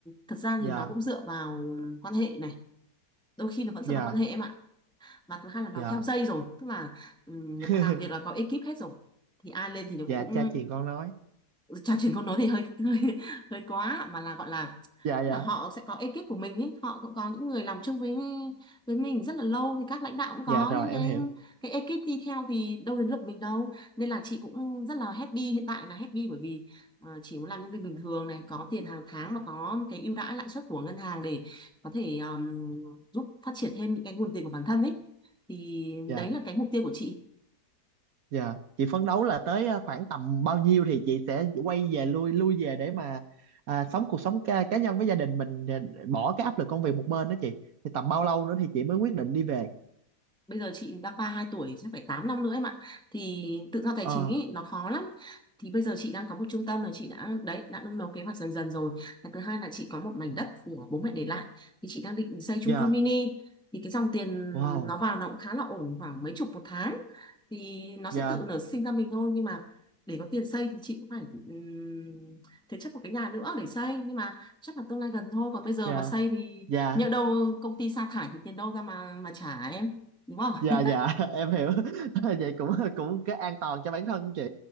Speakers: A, in the centre; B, on the right.
A: thật ra
B: dạ
A: thì nó cũng dựa vào quan hệ này đôi khi nó vẫn dựa
B: dạ
A: vào quan hệ em ạ và thứ hai là nó
B: dạ
A: theo dây rồi tức là ừ, người
B: <laughs>
A: ta làm việc là có ekip hết rồi thì ai lên thì nó
B: dạ
A: cũng
B: cha truyền con nói
A: trò chuyện câu nói thì hơi <laughs> hơi hơi quá mà là gọi là
B: dạ
A: tức
B: dạ
A: là họ sẽ có ekip của mình ý họ cũng có những người làm chung với với mình rất là lâu thì các lãnh đạo cũng có
B: dạ rồi
A: những cái
B: em hiểu
A: cái ekip đi theo thì đâu đến lượt mình đâu nên là chị cũng rất là happy hiện tại là happy bởi vì ờ, chỉ muốn làm nhân viên bình thường này có tiền hàng tháng và có cái ưu đãi lãi suất của ngân hàng để có thể ờm, giúp phát triển thêm những cái nguồn tiền của bản thân ấy thì
B: dạ
A: đấy là cái mục tiêu của chị
B: Dạ, Chị phấn đấu là tới à, khoảng tầm bao nhiêu thì chị sẽ quay về lui lui về để mà à, sống cuộc sống cá, cá nhân với gia đình mình à, bỏ cái áp lực công việc một bên đó chị. Thì tầm bao lâu nữa thì chị mới quyết định đi về?
A: bây giờ chị đang ba hai tuổi chắc phải 8 năm nữa em ạ thì tự do tài
B: Ờ,
A: chính ý, nó khó lắm thì bây giờ chị đang có một trung tâm là chị đã đấy đã nung nấu kế hoạch dần dần rồi và thứ hai là chị có một mảnh đất của bố mẹ để lại thì chị đang định xây chung
B: dạ,
A: cư mini thì cái dòng tiền
B: wow,
A: nó vào nó cũng khá là ổn khoảng mấy chục một tháng thì nó sẽ
B: dạ,
A: tự nở sinh ra mình thôi nhưng mà để có tiền xây thì chị cũng phải um, thế chấp một cái nhà nữa để xây nhưng mà chắc là tương lai gần thôi còn bây giờ
B: dạ,
A: mà xây thì
B: dạ,
A: nhỡ đâu công ty sa thải thì tiền đâu ra mà mà trả em đúng rồi
B: dạ, dạ, <laughs> em hiểu. <laughs> Vậy cũng cũng cái an toàn cho bản thân chị.